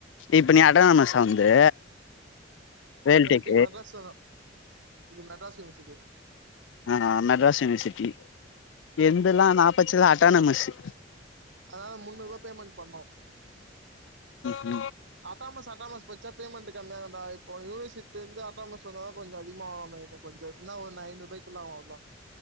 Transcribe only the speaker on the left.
இப்ப நீ அட்டானமசா வந்து வேல்டெக்
ஆ மெட்ராஸ் யுனிவர்சிட்டி‌ என்தலா நா பச்சதுலா அட்டானமஸ்சு
ம்